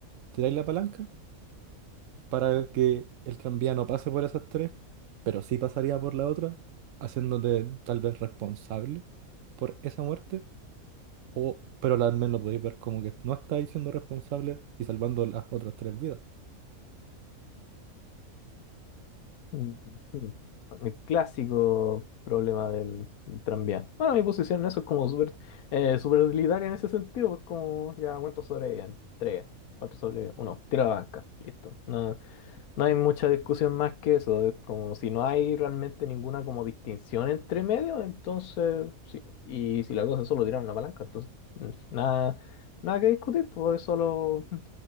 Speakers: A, on the right; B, on the left.
A: tiráis la palanca para que el tranvía no pase por esas tres, pero sí pasaría por la otra, haciéndote tal vez responsable por esa muerte, o, pero al menos podéis ver como que no estáis siendo responsable y salvando las otras tres vidas.
B: Mm, mm. El clásico problema del, del tranvía. Bueno, mi posición en eso es como súper eh, súper utilitaria en ese sentido. Es como, ya, ¿cuántos sobreviven? Tres. ¿Cuántos sobreviven? Uno. Tira la banca. Listo. No, no hay mucha discusión más que eso. Es como si no hay realmente ninguna como distinción entre medios, entonces, sí. Y si la cosa es solo tirar una palanca, entonces, mm, nada, nada que discutir, pues es solo.